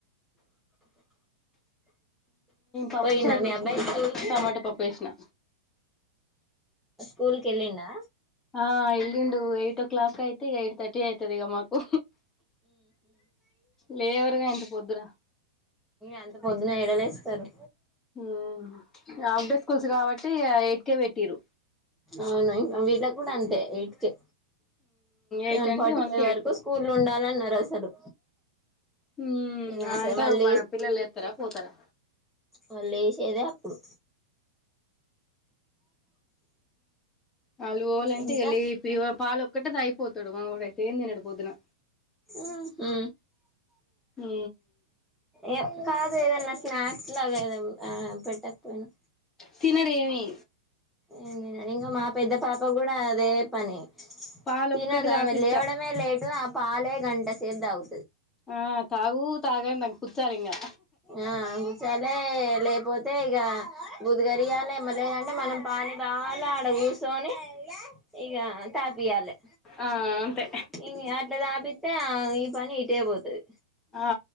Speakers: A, on the left (about 15°); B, in the centre.
A: పప్పు
B: పోయిండా
A: చారు
B: మీ
A: చేసినాం
B: అబ్బాయి
A: ఇ
B: స్కూల్
A: యాళ
B: కి
A: టమాటా పప్పు చేసినా
B: స్కూల్కి వెళ్ళిండా
A: ఆ ఎల్లిండు ఎయిట్ ఓ క్లాక్ ఐతె థర్టీ అయితది ఇక మాకు లేవరుగా ఇంత పొద్దురా
B: అంత పొద్దున ఎడలేస్తారు
A: ఉమ్ హాఫ్ డే స్కూల్స్ కాబట్టి ఎ ఉర్కే పెట్టిరు
B: అవును అం ఇలా కుడా అంటె యీట్కె సెవెన్
A: ఎయిట్ అంటే
B: ఫార్టీ
A: వన్
B: ఫైవ్
A: కి ఎయిట్
B: వరకు
A: థర్టీ
B: స్కూల్ ఉండాలన్నారు అసలు
A: హుమ్
B: ఇంగ
A: అ
B: అసలు
A: అంటారు
B: వాళ్ళు
A: మన పిల్లలు లేస్తారా పోతారా
B: వాళ్ళేసే దె అప్పుడు
A: వాళ్ళు పోవాలంటే
B: ఇంకా
A: లేపి గా పాలు ఒకక్కటది అయిపోతాడు మా అవడ ఏం తిన్నాడు పొద్దున
B: ఉహు
A: అ
B: ఏ కాదు ఏదన్నా స్నాక్స్ లాగా ఏద పెట్టకపోయినా
A: తినడేమి
B: ఏ ఇంకా మా పెద్ద పాప కూడా అదే పని
A: పాలు
B: తినదు
A: ఒక్కటి తాపిస్తా
B: ఆమె లేవడమే లేటు పాలే గంటసేపు తాగు
A: ఆ తాగుతాగు అని కుచ్చాలింగా
B: ఆ గుచ్చాలే లేపోతే అయితే ఇక బుదగరియాలె ఏమలేదంటే మనం పానిబాల ఆడ కూర్చొని ఇగ తాపియాలె
A: ఆ అంతే
B: ఇ అట్లా తాపిస్తతే ఈ పని ఇ టేపోతది,
A: ఆ